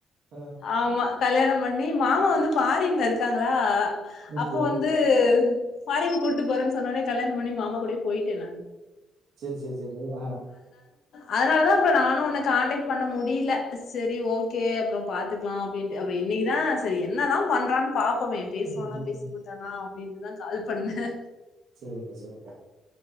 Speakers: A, on the right; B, on the left.
A: ஆ,
B: ஆமா கல்யாணம் பண்ணி மாமா வந்து ஃபாரின்ல இருக்காங்களா
A: ஓகே.
B: அப்போ வந்து ஃபாரின் கூட்டு போறேனு சொன்னோனே கல்யாணம் பண்ணி மாமா கூடயே போயிட்டேன் நான்
A: சரி சரி சரி ஆ
B: அதனால தான் அப்றோ நானும் உன்ன கான்டக்ட் பண்ண முடில சரி ஓகே அப்றோ பாத்துக்கலாம் அப்டின்ட்டு அப்டின்னு இன்னிக்குதான் சரி என்னதான் பண்றான் பாப்போமே பேசுவானா
A: ம்ஹ்ஹ்ஹ்ம்.
B: பேச மாட்டானா அப்டின்ட்டு தான் கால் பண்ணேன்
A: சரிக்கா சரிக்கா